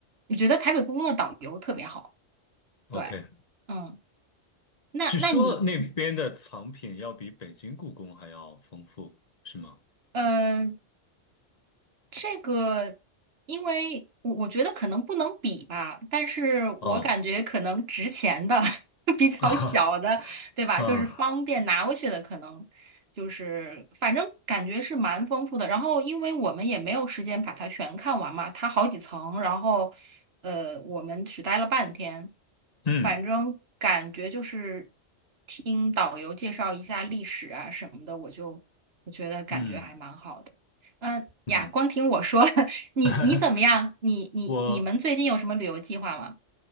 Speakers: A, on the right; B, on the left.
A: 我觉得台北故宫的导游特别好。
B: ，OK，
A: 对，嗯，那那你
B: 据说那边的藏品要比北京故宫还要丰富，是吗？
A: 嗯。呃这个，因为我我觉得可能不能比吧，但是我感觉可能值钱的
B: 哦
A: <laughs> 比较小的，
B: <laughs> 啊
A: 对吧？
B: 啊
A: 就是方便拿过去的，可能就是反正感觉是蛮丰富的。然后，因为我们也没有时间把它全看完嘛，它好几层，然后呃，我们只待了半天，
B: 嗯。
A: 反正感觉就是听导游介绍一下历史啊什么的，我就我觉得感觉还蛮好的。
B: 嗯
A: 嗯呀，
B: 嗯，
A: 光听我说，<laughs> 你你怎么样？
B: <laughs>
A: 你你你们最近有什么旅游计划吗？
B: 我